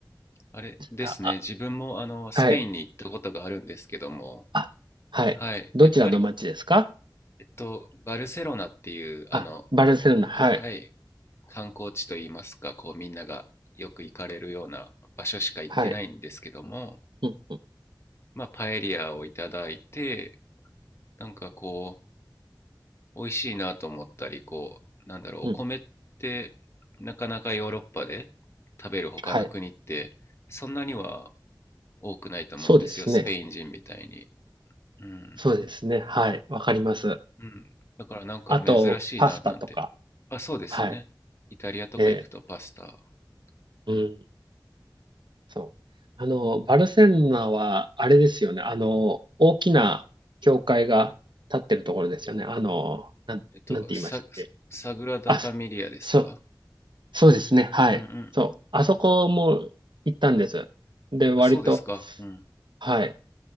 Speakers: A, on the left (about 35°); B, on the right (about 85°).
A: あれですね、
B: あ、あ
A: 自分もあのスペインに行ったことがあるんですけども、
B: はい。あ、はい。
A: はい、
B: どちらの町ですか
A: やっぱり、えっと、バルセロナっていう、
B: あ、
A: あの、
B: バルセロナ、はい。
A: はい、観光地といいますか、こうみんながよく行かれるような場所しか行ってないんですけども、
B: はい。うん、
A: まあ、パエリアをいただいて、なんかこう、美味しいなと思ったり、こう、なんだろう、
B: うん、
A: お米ってなかなかヨーロッパで食べる他の国って、
B: はい。
A: そんなには多くないと思うんですよ、
B: そうですね。
A: スペイン人みたいに。うん。
B: そうですね。はい。わかります。
A: うん。だからなんか珍しいな、
B: あと、パスタとか。
A: なんて。あ、そうですね。
B: はい。
A: イタリアとか行くとパスタ。
B: えー、
A: うん。
B: うん、そう。あの、バルセロナは、あれですよね。あの、大きな教会が建ってるところですよね。あの、なん、
A: えっと、
B: なんて言いましたっけ。
A: サ、サグラダ・
B: あ、
A: ファミリアですか
B: そ、そうそうですね。はい。
A: うんうん。
B: そう。あそこも行ったんです。で、割と、
A: あ、そうですか。うん。
B: はい。